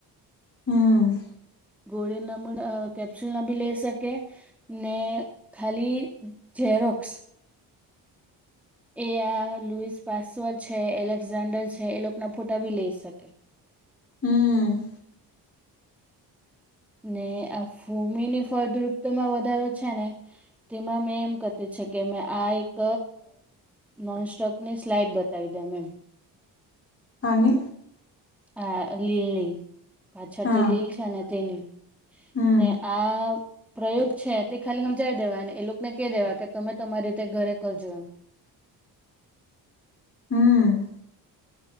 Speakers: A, on the left; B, in the centre.
A: હમ
B: ગોળી નમૂ કેપ્સ્યુલ ના બી લઈ શકે ને ખાલી ઝેરોક્સ એ આ લુઈસ પાસવર છે એલેક્ઝાન્ડર છે એ લોકો ના ફોટા ભી લઈ શકે
A: હમ
B: ને આ ભૂમિની ફળદ્રુપ્તોમાં વધારો છે ને તેમાં મેં એમ કતી છે કે મે આ એક મસ્ટ્રક ની સ્લાઈડ બતાવી દે મેમ
A: અને
B: આ લીલની પાછળ
A: હા
B: જે લીલ છે ને તેની
A: હમ
B: ને આ પ્રયોગ છે તે ખાલી સમજાવી દેવા અને એ લોકોને કહી દેવા કે તમે તમારી રીતે ઘરે કરજો એમ
A: હમ